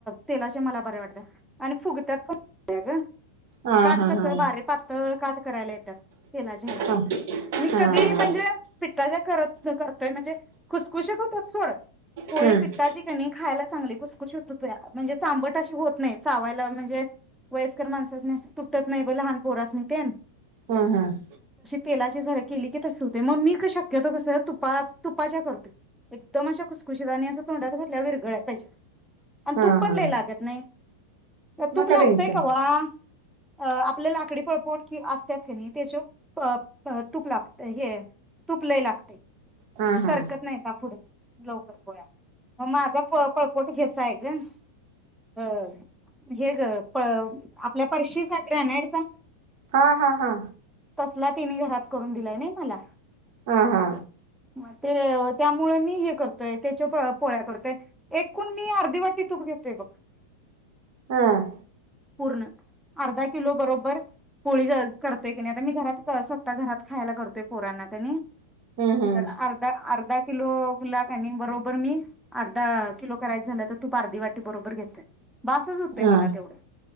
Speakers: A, in the centre; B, on the right.
A: तेलाचे मला बरे वाटते आणि फुगत्यात पण ग
B: हा
A: काठ
B: हा
A: कस
B: हा
A: बारीक पातळ काठ करायला येतात तेलाच्या हेला
B: हा हा हा
A: मी कधी म्हणजे पिठ्ठा च्या करत करतोय म्हणजे खुस खुशीत होत्यात. सोड पोळी
B: हम्म
A: पिट्टाची कणी खायला चांगली खुसखुशीत होत हो म्हणजे चांबट अशी होत नाहीत चावायला म्हणजे वयस्कर माणसासनी असं तुटत नाही ब लहान पोरसनी तेन
B: हम हम
A: तेलाचे झारे केली की तस होतय मग मी शक्यतो कस तुपात तुपाच्या करतोय एकदम अशा खुशखुशीत आणि असं तोंडात घातल्या विरघळायला पाहिजे आणि
B: हा
A: तूप पण
B: हा
A: लय लागत नाही. तूप
B: मग काय
A: लागतय
B: टेन्शन
A: कवा अ आपल लाकडी पळपुट कि असतात कनी, त्याच्यावर तूप लागते हे तुप लय लागतय.
B: हा हा
A: सरकत नाहीता पुढं. लवकर पोळ्या. मग माझा प पळपोट ह्यचा आहे ग हे ग पळ आपल्या फरशीचा ग्रॅनाइडचा.
B: हा हा हा.
A: तसला तिनी घरात करून दिलाय नाही मला.
B: हा हा.
A: मग ते त्यामुळ मी हे करतोय त्याच्या पोळ्या करतोय. एकूण मी अर्धी वाटी तूप घेतोय बघ,
B: हा
A: पूर्ण अर्धा किलो बरोबर पोळी करतोय कनी नाही आता मी घरात स्वतः घरात खायला करतोय पोरांना कणी. तर
B: हम् हम्
A: अर्धा अर्धा किलो. किलोला कणि बरोबर मी अर्धा किलो करायच झालं तर, तूप अर्धी वाटी बरोबर घेतोय. बासच होतय
B: हा
A: मला तेवढं